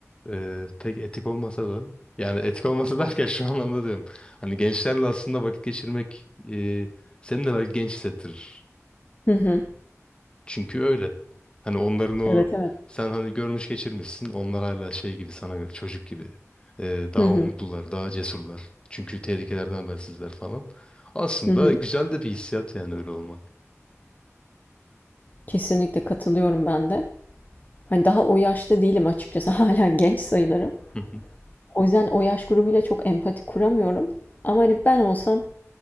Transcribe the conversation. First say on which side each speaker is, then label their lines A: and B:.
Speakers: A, on the left; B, on the left.
A: e, pek etik olmasa da yani etik olmasa <laughs> derken şu anlamda diyorum. Hani gençlerle aslında vakit geçirmek e, seni de belki genç hissettirir.
B: Hı hı.
A: Çünkü öyle. Hani onların o
B: Evet evet.
A: sen hani görmüş geçirmişsin. Onlar hala şey gibi sana göre çocuk gibi. Ee, daha
B: Hı hı.
A: umutlular, daha cesurlar. Çünkü tehlikelerden habersizler falan. Aslında
B: Hı hı.
A: güzel de bir hissiyat yani öyle olmak.
B: Kesinlikle katılıyorum ben de. Hani daha o yaşta değilim açıkçası. <laughs> Hala genç sayılırım.
A: Hı hı.
B: O yüzden o yaş grubuyla çok empati kuramıyorum. Ama hani ben olsam